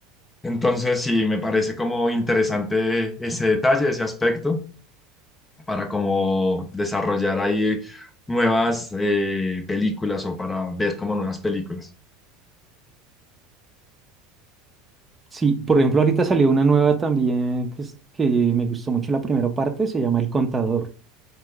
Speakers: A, on the left; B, on the right.
A: Entonces, sí, me parece como interesante ese detalle, ese aspecto. para como desarrollar ahí nuevas eh, películas o para ver como nuevas películas.
B: Sí, por ejemplo, ahorita salió una nueva también que, es- que me gustó mucho la primera parte, se llama El Contador,